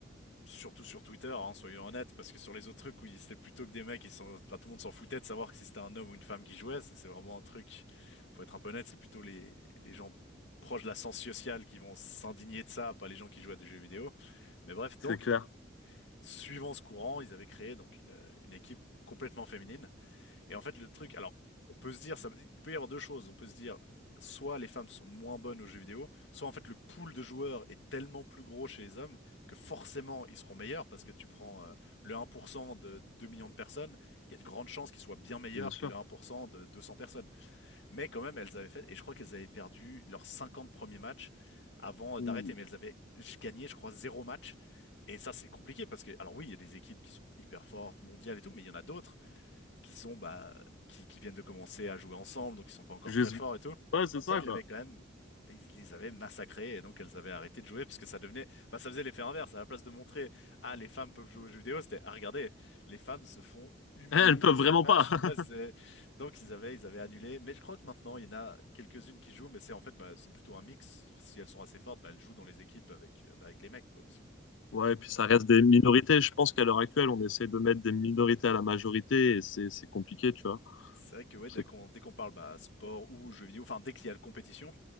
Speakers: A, on the left; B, on the left.
A: surtout sur Twitter, hein, soyons honnêtes, parce que sur les autres trucs où il- c'était plutôt que des mecs, ils sont, enfin, tout le monde s'en foutait de savoir que si c'était un homme ou une femme qui jouait. Ça, C'est vraiment un truc. Faut être un peu honnête, c'est plutôt les les gens proches de la science sociale qui vont s'indigner de ça, pas les gens qui jouent à des jeux vidéo. Mais bref,
B: c'est
A: donc
B: clair,
A: suivant ce courant, ils avaient créé donc une une équipe complètement féminine. Et en fait, le truc, alors, on peut se dire, ça, il peut y avoir deux choses. On peut se dire, soit les femmes sont moins bonnes aux jeux vidéo, soit en fait le pool de joueurs est tellement plus gros chez les hommes que forcément ils seront meilleurs parce que tu prends euh, le 1% de 2 millions de personnes, il y a de grandes chances qu'ils soient bien meilleurs
B: bien sûr.
A: que le 1% de 200 personnes. Mais quand même, elles avaient fait, et je crois qu'elles avaient perdu leurs 50 premiers matchs avant euh,
B: Ouh.
A: d'arrêter, mais elles avaient gagné, je crois, zéro match. Et ça, c'est compliqué parce que, alors oui, il y a des équipes qui sont hyper fortes, mondiales et tout, mais il y en a d'autres qui sont bah qui, qui viennent de commencer à jouer ensemble, donc ils sont pas encore
B: Juste-
A: très forts et tout.
B: Ouais, c'est ça,
A: Mais ils
B: quoi.
A: avaient quand même ils les avaient massacrés et donc elles avaient arrêté de jouer parce que ça devenait bah ça faisait l'effet inverse. À la place de montrer ah les femmes peuvent jouer aux jeux vidéo, c'était ah regardez les femmes se font
B: <laughs>
A: humilier
B: Eh, Elles peuvent
A: à chaque
B: vraiment
A: match.
B: pas. <laughs>
A: Ouais, c'est- donc ils avaient ils avaient annulé. Mais je crois que maintenant il y en a quelques-unes qui jouent, mais c'est en fait bah c'est plutôt un mix. Si elles sont assez fortes, bah elles jouent dans les équipes avec euh, bah, avec les mecs quoi. Parce que-
B: Ouais, et puis ça reste des minorités. Je pense qu'à l'heure actuelle, on essaie de mettre des minorités à la majorité et c'est c'est compliqué, tu vois.
A: C'est vrai que ouais,
B: C'est
A: dès qu'on dès qu'on parle bah, sport ou jeux vidéo, enfin dès qu'il y a la compétition,